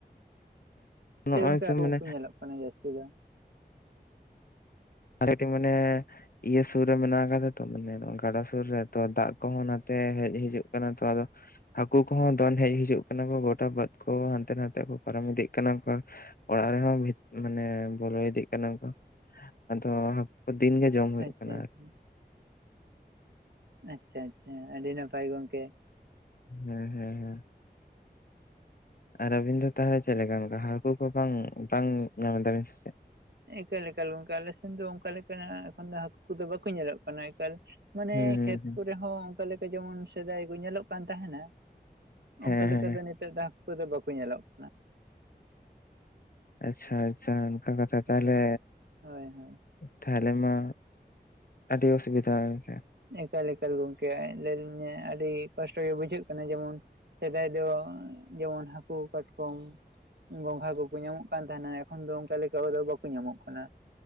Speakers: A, on the left (about 60°); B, on the right (about 85°).
A: ᱱᱚᱜᱼᱚᱭ
B: ᱛᱟᱦᱚᱞᱮ ᱜᱚᱝᱠᱮ
A: ᱛᱚ
B: <inaudible> ᱠᱚ
A: ᱢᱟᱱᱮ
B: ᱠᱚ ᱧᱮᱞᱚᱜ ᱠᱟᱱᱟ ᱡᱟᱥᱛᱤ ᱫᱚ?
A: <inaudible> ᱢᱟᱱᱮ ᱤᱭᱟᱹ ᱥᱩᱨ ᱨᱮ ᱢᱮᱱᱟᱜ ᱠᱟᱫᱟ ᱛᱚ ᱢᱟᱱᱮ ᱱᱚᱣᱟ ᱜᱟᱰᱟ ᱥᱩᱨ ᱨᱮ ᱛᱚ ᱫᱟᱜ ᱠᱚᱦᱚᱸ ᱚᱱᱟᱛᱮ ᱦᱮᱡ ᱦᱤᱡᱩᱜ ᱠᱟᱱᱟ ᱛᱚ ᱟᱫᱚ ᱦᱟᱠᱩ ᱠᱚᱦᱚᱸ ᱫᱚᱱ ᱦᱮᱡ ᱦᱤᱡᱩᱜ ᱠᱟᱱᱟ ᱠᱚ ᱜᱚᱴᱟ ᱵᱟᱹᱫᱽ ᱠᱚ ᱦᱟᱱᱛᱮ ᱱᱟᱛᱮ ᱠᱚ ᱯᱟᱨᱚᱢ ᱤᱫᱤᱜ ᱠᱟᱱᱟ ᱠᱚ ᱚᱲᱟᱜ ᱨᱮᱦᱚᱸ ᱵᱷᱤᱛ ᱢᱟᱱᱮ ᱵᱚᱞᱚ ᱤᱫᱤᱜ ᱠᱟᱱᱟ ᱠᱚ᱾ ᱟᱫᱚ ᱦᱟᱠᱩ ᱠᱚ ᱫᱤᱱ ᱜᱮ ᱡᱚᱢ ᱦᱩᱭᱩᱜ
B: ᱟᱪᱪᱷᱟ
A: ᱠᱟᱱᱟ
B: ᱟᱪᱪᱷᱟ
A: ᱟᱨ
B: ᱟᱪᱪᱷᱟ ᱟᱪᱪᱷᱟ ᱟᱹᱰᱤ ᱱᱟᱯᱟᱭ ᱜᱚᱝᱠᱮ᱾
A: ᱦᱮᱸ ᱦᱮᱸ ᱦᱮᱸ᱾ ᱟᱨ ᱟᱵᱤᱱ ᱫᱚ ᱛᱟᱦᱚᱞᱮ ᱪᱮᱫ ᱞᱮᱠᱟ ᱱᱚᱝᱠᱟ ᱦᱟᱠᱩ ᱠᱚ ᱵᱟᱝ ᱵᱟᱝ ᱧᱟᱢ ᱫᱟᱵᱤᱱ ᱥᱮ ᱪᱮᱫ?
B: ᱮᱠᱟᱞ ᱮᱠᱟᱞ ᱜᱚᱝᱠᱮ ᱟᱞᱮᱥᱮᱱ ᱫᱚ ᱚᱝᱠᱟ ᱞᱮᱠᱟ ᱱᱟᱜ ᱮᱠᱷᱚᱱ ᱫᱚ ᱦᱟᱠᱩ ᱠᱚᱫᱚ ᱵᱟᱠᱚ ᱧᱮᱞᱚᱜ ᱠᱟᱱᱟ, ᱮᱠᱟᱞ ᱢᱟᱱᱮ
A: ᱦᱩᱸ ᱦᱩᱸ
B: ᱠᱷᱮᱛ
A: ᱦᱩᱸ
B: ᱠᱚᱨᱮᱦᱚᱸ ᱚᱝᱠᱟ ᱞᱮᱠᱟ ᱡᱮᱢᱚᱱ ᱥᱮᱫᱟᱭ ᱠᱚ ᱧᱮᱞᱚᱜ ᱠᱟᱱ ᱛᱟᱦᱮᱱᱟ ᱾ ᱚᱝᱠᱟ
A: ᱦᱮᱸ
B: ᱞᱮᱠᱟ
A: ᱦᱮᱸ
B: ᱫᱚ ᱱᱤᱛᱚᱜ ᱫᱚ ᱦᱟᱠᱩ ᱠᱚᱫᱚ ᱵᱟᱠᱚ ᱧᱮᱞᱚᱜ ᱠᱟᱱᱟ᱾
A: ᱟᱪᱪᱷᱟ ᱟᱪᱪᱷᱟ ᱚᱱᱠᱟ ᱠᱟᱛᱷᱟ ᱛᱟᱦᱚᱞᱮ᱾
B: ᱮᱠᱟᱞ ᱦᱳᱭ ᱦᱳᱭ
A: ᱛᱟᱦᱚᱞᱮ ᱢᱟ ᱟᱰᱤ ᱚᱥᱩᱵᱤᱫᱷᱟ ᱮᱱᱠᱷᱟᱡ ᱾
B: ᱮᱠᱟᱞ ᱮᱠᱟᱞ ᱜᱚᱝᱠᱮ ᱞᱟᱹᱭ ᱫᱤᱧ ᱟᱰᱤ ᱠᱚᱥᱴᱚ ᱜᱮ ᱵᱩᱡᱷᱟᱹᱜ ᱠᱟᱱᱟ ᱡᱮᱢᱚᱱ ᱥᱮᱫᱟᱭ ᱫᱚ ᱡᱮᱢᱚᱱ ᱦᱟᱠᱩ, ᱠᱟᱴᱠᱚᱢ ᱜᱚᱝᱜᱷᱟ ᱠᱚᱠᱚ ᱧᱟᱢᱚᱜ ᱠᱟᱱ ᱛᱟᱦᱮᱱᱟ ᱮᱠᱷᱚᱱ ᱫᱚ ᱚᱝᱠᱟ ᱞᱮᱠᱟ ᱟᱫᱚ ᱵᱟᱠᱚ ᱧᱟᱢᱚᱜ ᱠᱟᱱᱟ᱾